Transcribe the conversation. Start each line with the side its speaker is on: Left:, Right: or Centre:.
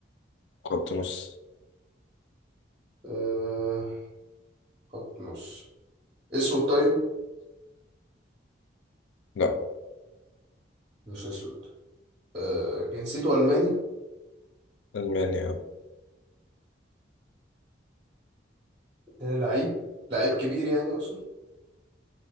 Left: خط نص
Right: آه خط نص اسود طيب
Left: لا
Right: مش اسود آه جنسيته الماني
Left: ألمانيا آه.
Right: آه لعيب لعيب كبير يعني اقصد